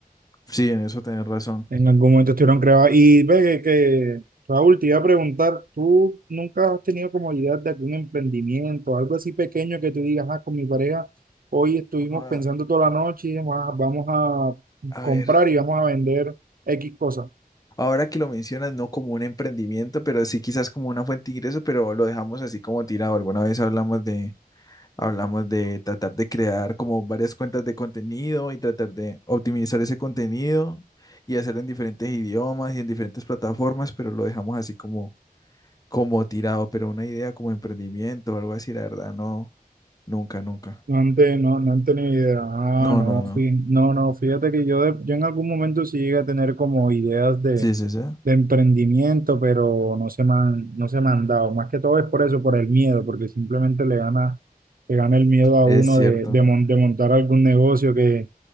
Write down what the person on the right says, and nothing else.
en algún momento estuvieron creadas. Y ve que, que, Raúl, te iba a preguntar, ¿tú nunca has tenido como idea de algún emprendimiento, algo así pequeño que tú digas, ah, con mi pareja, hoy estuvimos
pensando toda la noche y dijimos, "Ah, vamos a
comprar
y vamos a vender X cosas?
No han, te- no, no han tenido idea. Ah,
no,
fí- no, no, fíjate que yo, de- yo en algún momento sí llegué a tener como ideas de
emprendimiento, pero no se me han, no se me han dado. Más que todo es por eso, por el miedo, porque simplemente le gana, le gana el miedo a
uno
de, de, mon- de montar algún negocio que,